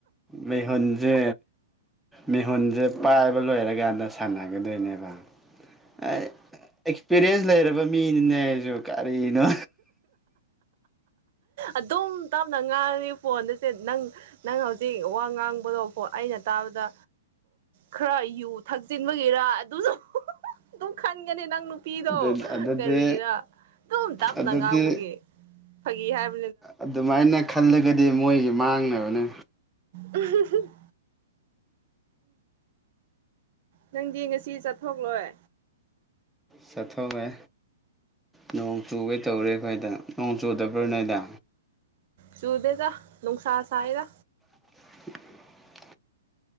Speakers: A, in the centre; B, on the right (about 50°).
A: ꯃꯤꯍꯣꯟꯁꯦ ꯃꯤꯍꯣꯟꯁꯦ꯫ ꯄꯥꯏꯕ ꯂꯣꯏꯔꯀꯥꯟꯗ ꯁꯥꯟꯅꯒꯗꯣꯏꯅꯦꯕ ꯑꯦꯛꯁꯄꯤꯔꯤꯌꯦꯟꯁ ꯂꯩꯔꯕ ꯃꯤꯅꯤꯅꯦ ꯑꯩꯁꯨ ꯀꯔꯤꯅꯣ
B: ꯑꯗꯨꯝ ꯇꯞꯅ ꯉꯥꯡꯉꯤ ꯐꯣꯟꯗꯨꯁꯦ ꯅꯪ ꯅꯪ ꯍꯧꯖꯤꯛ ꯋꯥ ꯉꯥꯡꯕꯗꯣ ꯑꯩꯅ ꯇꯥꯕꯗ ꯈꯔ ꯌꯨꯠ ꯊꯛꯆꯤꯟꯕꯒꯤꯔꯥ ꯑꯗꯨꯁꯨ ꯑꯗꯨꯝ ꯈꯟꯒꯅꯤ ꯅꯪ ꯅꯨꯡꯇꯤꯗꯣ
A: ꯑꯗꯨ ꯑꯗꯨꯗꯤ
B: ꯀꯔꯤꯅ ꯑꯗꯨꯝ ꯇꯞꯅ
A: ꯑꯗꯨꯗꯤ
B: ꯉꯥꯡꯕꯒꯤꯦ ꯐꯥꯒꯤ ꯍꯥꯏꯕ
A: ꯑꯗꯨꯃꯥꯏꯅ ꯈꯜꯂꯒꯗꯤ ꯃꯣꯏꯒꯤ ꯃꯥꯡꯅꯕꯅꯦ
B: ꯎꯝ ꯅꯪꯗꯤ ꯉꯁꯤ ꯆꯠꯊꯣꯛꯂꯣꯏ
A: ꯁꯥꯊꯣ ꯑꯃ ꯅꯣꯡ ꯆꯨꯒꯩ ꯇꯧꯔꯦ ꯑꯩꯈꯣꯏꯗ ꯅꯣꯡ ꯆꯨꯗꯕ꯭ꯔꯥ ꯅꯗ
B: ꯁꯨꯗꯦꯗ ꯅꯅꯨꯡꯁꯥꯔꯁꯥꯏꯗ
A: <unintelligible> <inaudible>